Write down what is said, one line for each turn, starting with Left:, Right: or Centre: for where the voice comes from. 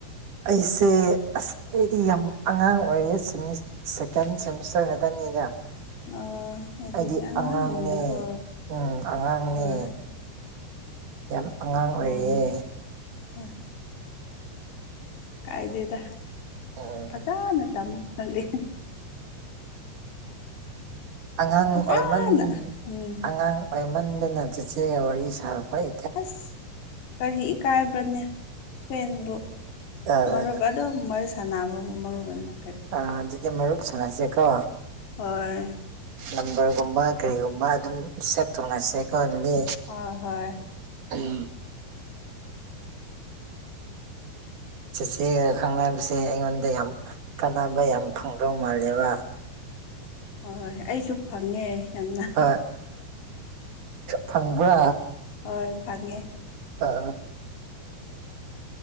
Right: ꯑꯩꯁꯦ ꯑꯁ ꯑꯩꯗꯤ ꯌꯥꯝ ꯑꯉꯥꯡ ꯑꯣꯏꯔꯦ ꯁꯦꯀꯦꯟ ꯁꯦꯃꯤꯁꯇꯔ ꯍꯥꯏꯗꯅꯤꯗ
Left: ꯑꯣ ꯑꯗꯨꯗꯤ
Right: ꯑꯩꯗꯤ
Left: ꯑꯉꯥꯡ
Right: ꯑꯉꯥꯡꯅꯦ
Left: ꯑꯣꯏꯔꯤꯀꯣ
Right: ꯎꯝ ꯑꯉꯥꯡꯅꯦ
Left: ꯍꯣꯏ
Right: ꯌꯥꯝ ꯑꯉꯥꯡ ꯑꯣꯏꯔꯤꯌꯦꯅꯦ
Left: ꯎꯝ ꯍꯣꯏ ꯀꯥꯏꯗꯗ
Right: ꯑꯣ
Left: ꯐꯖꯅ ꯇꯝꯃꯍꯂ
Right: ꯑꯉꯥꯡ
Left: ꯐꯖꯅ
Right: ꯑꯣꯏꯃꯟ
Left: ꯎꯝ
Right: ꯑꯉꯥꯡ ꯄꯥꯏꯃꯟꯗꯅ ꯆꯦꯆꯦꯒ ꯋꯥꯔꯤ ꯁꯥꯕ ꯐꯩ
Left: ꯑꯁ ꯀꯔꯤ ꯏꯀꯥꯏꯕ꯭ꯔꯅꯦ ꯐꯦꯟꯕꯨ
Right: ꯑꯥ
Left: ꯃꯔꯨꯞ ꯣ ꯃꯣꯏ ꯁꯥꯟꯕꯨꯕ ꯃ ꯃ
Right: ꯑ ꯑꯗꯨꯗꯤ ꯃꯔꯨꯞ ꯁꯅꯁꯦꯀꯣ
Left: ꯍꯣꯏ
Right: ꯅꯝꯕꯔꯒꯨꯝꯕ ꯀꯔꯤꯒꯨꯝꯕ ꯑꯗꯨꯝ ꯁꯦꯚ ꯇꯧꯅꯁꯦꯀꯣ ꯑꯗꯨꯗꯤ
Left: ꯍꯣꯏ ꯍꯣꯏ
Right: ꯎꯝ ꯆꯆꯦꯒ ꯈꯪꯅꯕꯁꯦ ꯑꯩꯉꯣꯟꯗ ꯌꯥꯝ ꯀꯥꯟꯅꯕ ꯌꯥꯝ ꯐꯪꯗꯧ ꯃꯥꯜꯂꯦꯕ
Left: ꯍꯣꯏꯣꯏ ꯑꯩꯁꯨ ꯐꯪꯉꯦ ꯌꯥꯝꯅ
Right: ꯍꯣꯏ ꯐꯪꯕ꯭ꯔꯥ
Left: ꯍꯣꯏ ꯐꯪꯉꯦ
Right: ꯑꯥ